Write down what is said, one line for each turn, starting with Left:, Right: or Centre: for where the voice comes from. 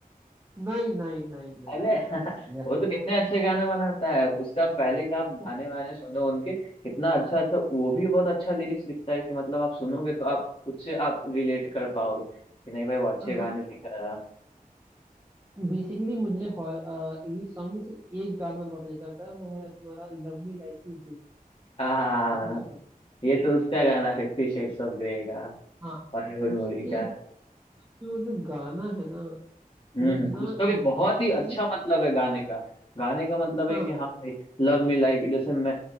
Right: नहीं नहीं नहीं नहीं
Left: अरे <laughs>
Right: जस्ट
Left: वो तो कितने अच्छे गाना बनाता है उसका पहले का आप गाने वाने सुनो उनके कितना अच्छा अच्छा वो भी बहुत अच्छा लिरिक्स लिखता है कि मतलब आप सुनोगे तो आप खुद से आप रिलेट कर पाओगे कि नहीं भाई वो अच्छे गाने
Right: हाँ
Left: लिख रहा है
Right: बेसिकली मुझे इंग्लिश सॉन्ग में सिर्फ एक गाना बहुत अच्छा लगता है वो है तुम्हारा love me like you do
Left: हाँ
Right: आपने सुना
Left: ये तो उसका गाना फिफ्टी शेड्स ऑफ ग्रे का
Right: हाँ
Left: हॉलीवुड
Right: उसके
Left: मूवी का
Right: जो जो गाना है ना
Left: हम्म
Right: वो इतना
Left: हम्म, उसका भी
Right: मीनिंग
Left: बहुत ही अच्छा मतलब है गाने का गाने का मतलब है
Right: हाँ
Left: कि हाँ भाई लव मी लाइक जैसे मैं